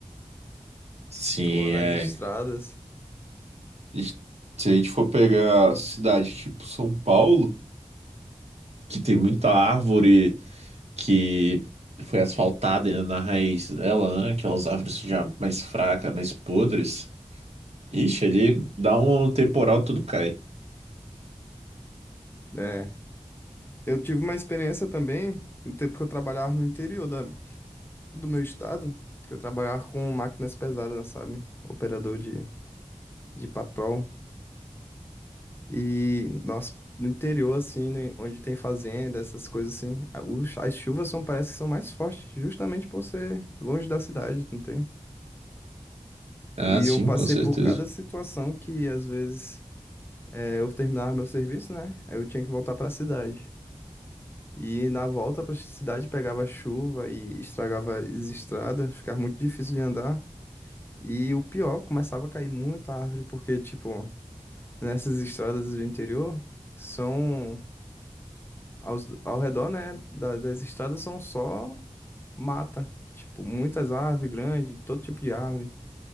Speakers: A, on the right; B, on the left.
A: Sim,
B: Tipo, nas
A: é.
B: estradas.
A: E Se a gente for pegar cidade tipo São Paulo, Que tem muita árvore, que foi asfaltada na raiz dela, né? Aquelas árvores já mais fracas, mais podres. Ixi, ali dá um temporal, tudo cai.
B: né? Eu tive uma experiência também, no tempo que eu trabalhava no interior da, do meu estado, que eu trabalhava com máquinas pesadas, sabe? Operador de, de patrol. E, nossa, no interior, assim, né, onde tem fazenda, essas coisas assim, a- os- as chuvas são, parece que são mais fortes, justamente por ser longe da cidade, não tem?
A: Ah,
B: E
A: sim,
B: eu passei
A: com certeza.
B: por cada situação que, às vezes, é, eu terminava meu serviço, né? Aí eu tinha que voltar pra cidade. E na volta para a cidade pegava chuva e estragava as estradas, ficava muito difícil de andar. E o pior, começava a cair muita árvore, porque, tipo, nessas estradas do interior, são aos, ao redor, né, da- das estradas são só mata. Tipo, muitas árvores grandes, todo tipo de árvore.